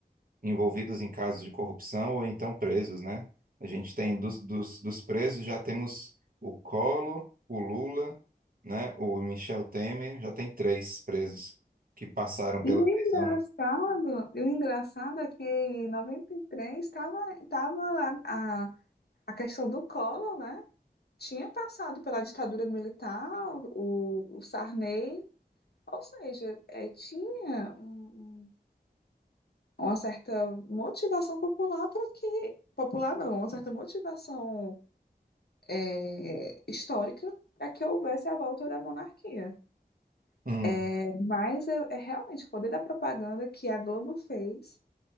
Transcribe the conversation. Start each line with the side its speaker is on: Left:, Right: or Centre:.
Right: envolvidos em casos de corrupção ou então presos, né? A gente tem dos, dos, dos presos já temos o Collor, o Lula, né? O Michel Temer, já tem três presos que passaram pela
Left: E o
Right: prisão.
Left: engraçado, e o engraçado é que em 93 estava tava tava a, a, a questão do Collor, né? Tinha passado pela ditadura militar, o, o Sarney, ou seja, eh, tinha um- um- uma certa motivação popular para que, popular não, uma certa motivação eh, histórica para que houvesse a volta da monarquia.
Right: Hum,
Left: É, mas eu- é realmente o poder da propaganda que a Globo fez